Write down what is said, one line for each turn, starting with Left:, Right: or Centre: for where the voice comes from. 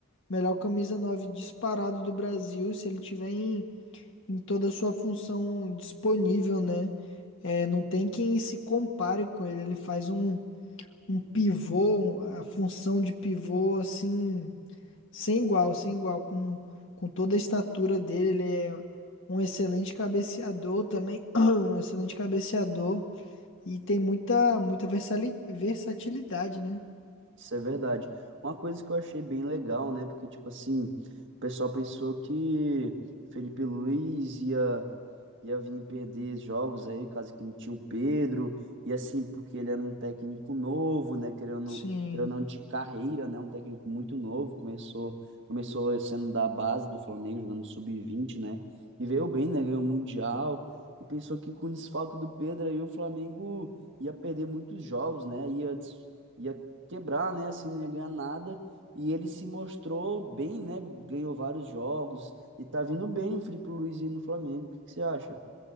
Left: melhor camisa 9 disparado do Brasil, se ele tiver em, em toda a sua função disponível, né? É, não tem quem se compare com ele. Ele faz um, um pivô, um- a função de pivô, assim. Sem igual, sem igual, com, com toda a estatura dele, ele é um excelente cabeceador também, <clears throat> um excelente cabeceador e tem muita, muita versali- versatilidade, né?
Right: Isso é verdade. Uma coisa que eu achei bem legal, né? Porque, tipo assim, o pessoal pensou que Felipe Luiz ia, ia vir perder jogos aí, caso que não tinha o Pedro, e assim, porque ele era um técnico novo, né? Querendo, ou não-
Left: Sim.
Right: querendo ou não, de carreira, né? Um técnico muito novo, começou, começou sendo da base do Flamengo, jogando sub vinte né? E veio bem, né? Ganhou o Mundial, e pensou que com o desfalque do Pedro aí o Flamengo ia perder muitos jogos, né? Ia des- ia quebrar, né? Assim, não ia ganhar nada. E ele se mostrou bem, né? Ganhou vários jogos e tá vindo bem o Filipe Luiz aí no Flamengo. O que que você acha?